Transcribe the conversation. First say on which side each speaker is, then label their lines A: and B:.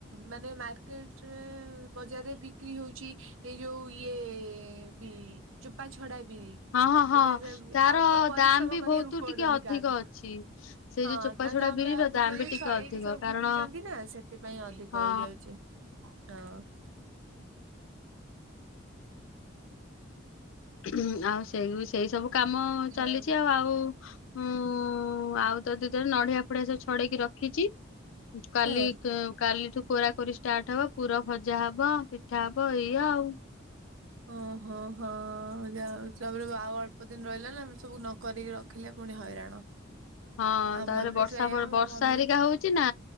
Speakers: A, on the right; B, on the left.
A: ମାନେ ମାର୍କେଟରେ ବଜାରରେ ବିକ୍ରି ହୁ ହୋଛି ଏଇ ଯୋଉ ଇଏ ବି ଚୋପା ଛଡା ବିରି
B: ହଁ ହଁ ହଁ
A: ଏବେ ସେ
B: ତାର
A: ଆଉ କେହି ପରିଶ୍ରମ
B: ଦାମ ବି
A: କରିବାକୁ
B: ବହୁତ
A: ପଡୁନି
B: ଟିକେ ଅଧିକ
A: କାହାକୁ
B: ଅଛି। ସେଇ
A: ହଁ
B: ଯୋଉ ଚୋପା
A: ତା
B: ଛଡା
A: ଦାମ
B: ବିରିର
A: ଟା
B: ଦାମ
A: ଛଡେଇକି
B: ବି ଟିକେ ଅଧିକ
A: ସବୁ
B: କାରଣ
A: ବିକୁଛନ୍ତି ନା ସେଥିପାଇଁ ଅଧିକ
B: ହଁ
A: ହେଇଯାଉଛି। ହଁ। <inaudible>
B: ହୁଁ ଆଉ ସେଇ ସେଇ ସବୁ କାମ ଚାଲିଛି
A: ହଁ।
B: ଆଉ ଆଉ ହୁଁ ଉଁ ଉଁ ଆଉ ଯଦି ନଡିଆ ଫଡିଆ ସବୁ ଛଡେଇକି ରଖିଛି କାଲି
A: ହଁ।
B: କାଲିଠୁ କୋରା କୋରି ଷ୍ଟାର୍ଟ ହବ ପୁରା ଭଜା ହବ ପିଠା ହବ ଇଏ ଆଉ
A: ଓହୋ ହୋ ହଁ ହଁ <unintelligible> ଆଉ ଅଳ୍ପ ଦିନ ରହିଲା ନା ସବୁ ନକିକି ରଖିଲେ ପୁଣି ହଇରାଣ।
B: ହଁ
A: ଆମର
B: ତାହେଲେ
A: ବି
B: ବର୍ଷା
A: ସେଇଆ
B: ବର୍ଷା
A: ମୋ ମମି
B: ହେରିକା ହଉଛି ନା